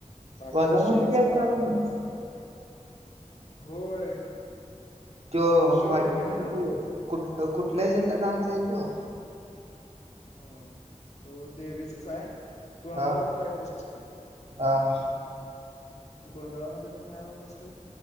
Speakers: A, on the left; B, on the right.
A: बाकीचा
B: वाघ्या
A: शोच
B: मुरली केलता
A: तर अ
B: तुम्ही?
A: डान्स होय.
B: त्यो
A: शोला
B: वाघ्या
A: केलेला
B: मुरली कुठ कुठल्या हेजातला डान्स आहे तो?
A: हम्म तो देवीचाच आहे. गोंधळ
B: हा
A: टाईपच असतोय.
B: हा हा
A: गोंधळामध्ये मग नाय म्हटलंस तरी